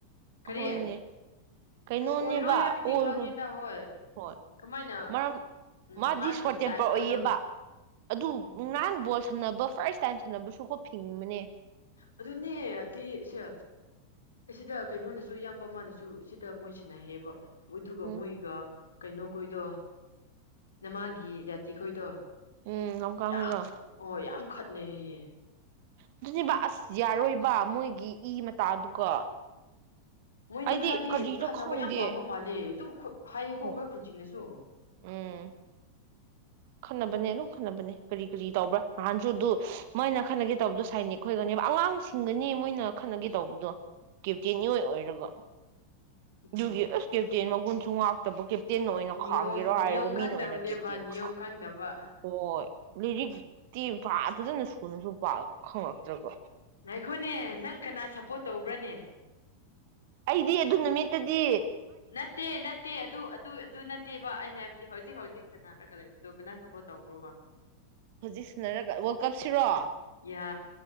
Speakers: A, on the left; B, on the right.
A: ꯀꯔꯤ
B: ꯍꯣꯏꯅꯦ ꯀꯩꯅꯣꯅꯦꯕ
A: ꯑꯁ ꯑꯣꯏꯔꯣꯏ ꯍꯥꯏꯕꯗꯤ
B: ꯑꯣꯏꯔꯣꯏ
A: ꯈꯪꯉꯦꯗ ꯍꯣꯏ
B: ꯍꯣꯏ
A: ꯀꯃꯥꯏꯅ
B: ꯃꯔꯝ
A: ꯎꯝ
B: ꯃꯥꯗꯤ
A: ꯃꯥꯒꯤ
B: ꯁꯣꯔꯠ ꯇꯦꯝꯄꯔ
A: ꯗꯥꯏꯠ ꯈꯣꯏꯗꯣ
B: ꯑꯣꯏꯌꯦꯕ ꯑꯗꯨ
A: ꯎꯝ
B: ꯅꯍꯥꯟ ꯁꯥꯟꯅꯕ ꯐꯥꯔꯁꯠ ꯇꯥꯏꯝ ꯁꯥꯟꯅꯕꯁꯨꯀꯣ ꯐꯤꯡꯕꯅꯦ
A: ꯑꯗꯨꯅꯦꯗꯤꯁꯦ ꯁꯤꯗ ꯀꯩꯅꯣꯅꯁꯨ ꯏꯌꯥꯝꯕ ꯃꯥꯅꯁꯨ ꯁꯤꯗ ꯃꯣꯏ ꯁꯤꯟꯅꯩ ꯍꯥꯏꯕ ꯃꯗꯨꯒ
B: ꯎꯝ
A: ꯃꯣꯏꯒ ꯀꯩꯅꯣꯈꯣꯏꯗꯣ ꯅꯃꯥꯒꯤ ꯖꯥꯇꯤ ꯈꯣꯏꯗꯣ
B: ꯎꯝ ꯂꯝꯀꯥꯡ
A: ꯌꯥꯝ
B: ꯍꯣꯏꯔꯣ
A: ꯑꯣ ꯌꯥꯝ ꯈꯠꯅꯩ ꯍꯥꯏꯌꯦ
B: ꯑꯗꯨꯅꯦꯕ ꯑꯁ ꯌꯥꯔꯣꯏꯕ ꯃꯣꯏꯒꯤ ꯏ ꯃꯇꯥꯗꯨꯒ
A: ꯃꯣꯏꯗꯤ
B: ꯑꯩꯗꯤ
A: ꯈꯔꯗꯤ
B: ꯀꯔꯤꯔ
A: ꯈꯠꯅꯕ
B: ꯈꯪꯗꯦ
A: ꯌꯥꯝ ꯄꯥꯝꯕ ꯃꯥꯜꯂꯦ ꯑꯗꯨꯝ ꯍꯥꯏꯌꯦꯀꯣ
B: ꯍꯣꯏ
A: ꯑꯩꯈꯣꯏ ꯈꯨꯜꯁꯤꯡꯅꯁꯨ
B: ꯎꯝ ꯈꯠꯅꯕꯅꯦ ꯑꯗꯨꯝ ꯈꯠꯅꯕꯅꯦ ꯀꯔꯤ ꯀꯔꯤ ꯇꯧꯕ꯭ꯔꯥ ꯅꯍꯥꯟꯁꯨꯗꯨ ꯃꯣꯏꯅ ꯈꯠꯟꯅꯒꯦ ꯇꯧꯕꯗꯨꯣ ꯁꯥꯏꯅꯤꯛ ꯈꯣꯏꯒꯅꯦꯕ ꯑꯉꯥꯡꯁꯤꯡꯒꯅꯤ ꯃꯣꯏꯅ ꯈꯠꯅꯒꯦ ꯇꯧꯕꯗꯣ ꯀꯦꯞꯇꯦꯟ ꯏꯑꯣꯏ ꯑꯣꯏꯔꯒ
A: ꯑꯗꯨꯅꯦ
B: ꯑꯗꯨꯒꯤ ꯑꯁ ꯀꯦꯞꯇꯦꯟ ꯃꯒꯨꯟꯁꯨ ꯉꯥꯛꯇꯕ ꯀꯦꯞꯇꯦꯟ ꯑꯣꯏꯅ
A: ꯅꯤꯌꯣꯝ
B: ꯈꯥꯡꯒꯦꯔꯣ ꯍꯥꯏꯔꯒ
A: ꯅꯤꯌꯣꯝ ꯈꯪꯗꯕꯅꯦꯕ
B: ꯃꯤꯅ ꯑꯣꯏꯅ ꯀꯦꯞꯇꯦꯟ
A: ꯅꯤꯌꯣꯝ
B: ꯈꯥ
A: ꯈꯪꯗꯕ
B: ꯍꯣꯏ ꯂꯥꯏꯔꯤꯛꯗꯤ ꯐꯖꯅ ꯁꯨꯅꯁꯨ ꯄꯥꯛ ꯈꯪꯉꯛꯇ꯭ꯔꯕꯣ
A: ꯉꯥꯏꯈꯣꯅꯦ ꯅꯪ ꯀꯅꯥ ꯁꯞꯄꯣꯔꯠ ꯇꯧꯕ꯭ꯔꯥꯅꯦ
B: ꯑꯩꯗꯤ ꯑꯗꯨ ꯅꯨꯃꯤꯠꯇꯨꯗꯤ
A: ꯅꯠꯇꯦ ꯅꯠꯇꯦ ꯑꯗꯨ ꯑꯗꯨ ꯑꯗꯨ ꯅꯠꯇꯦꯕ ꯑꯩꯅ ꯍꯥꯏꯕꯗꯤ ꯍꯧꯖꯤꯛ ꯍꯧꯖꯤꯛ ꯁꯥꯟꯅꯔꯒ ꯂꯩꯕꯗꯣ ꯀꯅꯥ ꯁꯞꯄꯣꯔꯠ ꯇꯧꯔꯨꯕ
B: ꯍꯧꯖꯤꯛꯁꯤꯅꯔꯒ ꯋꯥꯔꯜ ꯀꯞꯁꯤꯔꯣ
A: ꯌꯥ